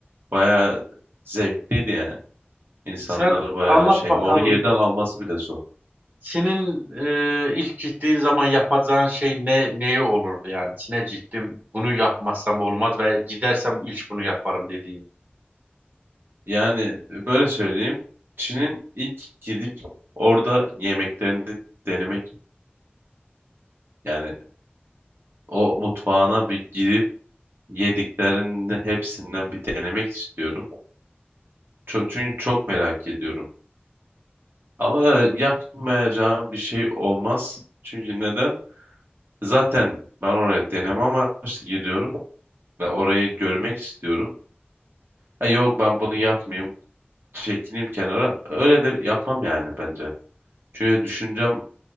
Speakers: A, on the right (about 65°); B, on the right (about 45°).
A: Bayağı zevkliydi yani. İnsanlar
B: sen
A: bayağı
B: anlat
A: şey,
B: bakalım.
A: onu yerden alması bile zor.
B: Senin e, ilk gittiğin zaman yapacağın şey ne neyi olurdu yani? Çin'e gittim. Bunu yapmazsam olmaz ve gidersem ilk bunu yaparım dediğin.
A: Yani böyle söyleyeyim, Çin'in ilk gidip orada yemeklerini denemek, yani o mutfağına bir girip yediklerinin hepsinden bir denemek istiyorum. Ço- çünkü çok merak ediyorum. Ama yapmayacağım bir şey olmaz. Çünkü neden? Zaten ben oraya deneme amaçlı gidiyorum ve orayı görmek istiyorum. Ha, yok ben bunu yapmayayım. Çekileyim kenara. Öyle de yapmam yani bence. Çünkü düşüncem